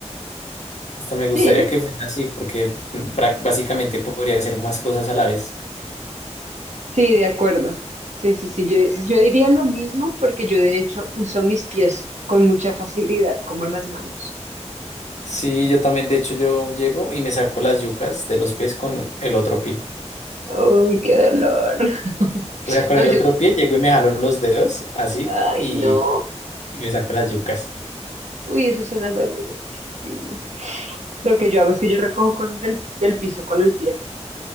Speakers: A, on the left; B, on the right.
A: hasta me gustaría
B: Sí,
A: que fuese así, porque mm, bra- básicamente podría hacer más cosas a la vez.
B: sí, de acuerdo. Sí, sí, sí, yo, yo diría lo mismo porque yo de hecho uso mis pies con mucha facilidad como las manos.
A: Sí, yo también, de hecho, yo llego y me saco las yucas de los pies con el otro pie.
B: Uy, qué dolor. <laughs>
A: O sea, con
B: No,
A: el
B: yo...
A: otro pie llego y me jalo los dedos así
B: Ay,
A: y,
B: no.
A: y me saco las yucas.
B: Uy, eso suena dolorísimo. Lo que yo hago es que yo recojo cosas del, del piso con el pie,